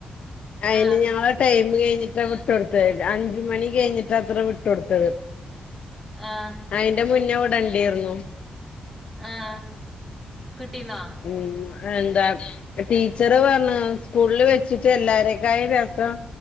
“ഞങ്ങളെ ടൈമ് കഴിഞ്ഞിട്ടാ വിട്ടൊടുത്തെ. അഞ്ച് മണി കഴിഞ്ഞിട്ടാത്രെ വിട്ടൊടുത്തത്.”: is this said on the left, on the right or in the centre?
Left